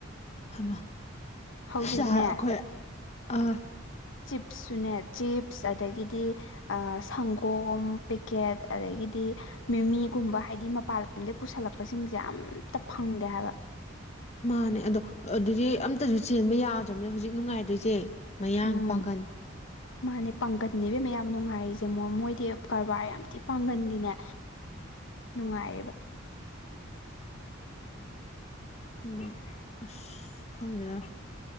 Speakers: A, on the left; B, on the left.
A: ꯍꯥꯏꯃ
B: ꯍꯧꯖꯤꯛꯅꯦ
A: ꯁꯥ ꯑꯩꯈꯣꯏ ꯑ
B: ꯆꯤꯞꯁꯁꯨꯅꯦ ꯆꯤꯞꯁ ꯑꯗꯒꯤꯗꯤ ꯑꯥ ꯁꯪꯒꯣꯝ ꯄꯦꯛꯀꯦꯠ ꯑꯗꯒꯤꯗꯤ ꯃꯤꯃꯤꯒꯨꯝꯕ ꯍꯥꯏꯗꯤ ꯃꯄꯥꯟ ꯂꯣꯝꯗꯩ ꯄꯨꯁꯜꯂꯛꯄꯁꯤꯡꯁꯦ ꯑꯝꯇ ꯐꯪꯗꯦ ꯍꯥꯏꯕ
A: ꯃꯥꯅꯦ ꯑꯗꯣ ꯑꯗꯨꯗꯤ ꯑꯝꯇꯁꯨ ꯆꯦꯟꯕ ꯌꯥꯗ꯭ꯔꯕꯅꯦ ꯍꯧꯖꯤꯛ ꯅꯨꯡꯉꯥꯏꯗꯣꯏꯖꯦ ꯃꯌꯥꯡ
B: ꯎꯝ
A: ꯄꯥꯡꯒꯟ
B: ꯃꯥꯅꯦ ꯄꯥꯡꯒꯟꯅꯦ ꯢꯕꯦꯝꯃ ꯌꯥꯝ ꯅꯨꯡꯉꯥꯏꯔꯤꯖꯦ ꯃꯣ ꯃꯣꯏꯗꯤ ꯀꯔꯕꯥꯔ ꯌꯥꯝ ꯊꯤ ꯄꯥꯡꯒꯟꯗꯤꯅꯦ ꯅꯨꯡꯉꯥꯏꯔꯦꯕ
A: ꯎꯝ ꯑꯁ ꯈꯪꯗꯦꯗ